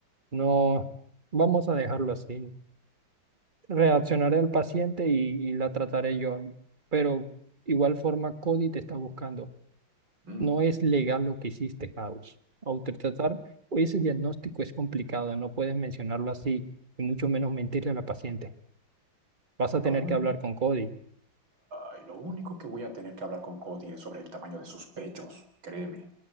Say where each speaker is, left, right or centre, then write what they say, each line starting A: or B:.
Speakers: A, on the right; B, on the right.
A: no, vamos a dejarlo así. reaccionaré al paciente y, y la trataré yo. Pero igual forma, Cody te está buscando.
B: Mm.
A: No es legal lo que hiciste, House. Autotratar, o ese diagnóstico es complicado, no puedes mencionarlo así, y mucho menos mentirle a la paciente. Vas a tener
B: Lo único,
A: que hablar con Cody.
B: ay, lo único que voy a tener que hablar con Cody es sobre el tamaño de sus pechos, créeme.